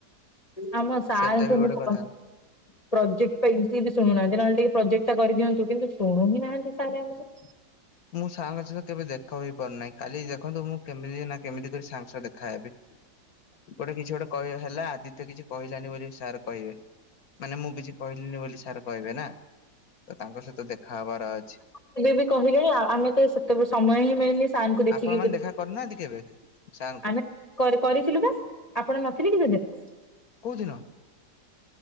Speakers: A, on the left; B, on the left.
A: ଆମ ସାରଙ୍କୁ
B: ସେଟା ବି ଗୋଟେ
A: ମୁଁ କ
B: କଥା।
A: ପ୍ରୋଜେକ୍ଟ ପାଇଁତି ଶୁଣୁନାହାନ୍ତି ନହେଲେ ଟିକେ ପ୍ରୋଜେକ୍ଟା କରିଦିଅନ୍ତୁ କିନ୍ତୁ ଶୁଣୁ ହି ନାହାନ୍ତି ସାର୍ ଆମର।
B: ମୁଁ ସାରଙ୍କ ସହିତ କେବେ ଦେଖା ହୋଇ ପାରୁନାହିଁ, କାଲି ଦେଖନ୍ତୁ ମୁଁ କେମିତି ନା କେମିତି କରି ସାରଙ୍କ ସହ ଦେଖାହବି। ଗୋଟେ କିଛି ଗୋଟେ କହ ହେଲା ଆଦିତ୍ୟ କିଛି କହିଲାନି ବୋଲି ସାର୍ କହିବେନି ମାନେ ମୁଁ କିଛି କହିଲିନି ବୋଲି ସାର୍ କହିବେ ନା। ତ ତାଙ୍କ ସହିତ ଦେଖାହବାର ଅଛି।
A: କେବେ ବି କହିଲେ ଆଉ ଆମେ ତ ସେତେବେ ସମୟ ହିଁ ମିଳନି। ସାର୍ ଙ୍କୁ ଦେଖିକି
B: ଆପଣ ମାନେ ଦେଖା କରୁନାହାନ୍ତି କେବେ ସାରଙ୍କୁ?
A: ଆ କରିଥିଲୁ ବା। ଆପଣ ନଥିଲେ କି ସେ ଦିନ।
B: କୋଉଦିନ।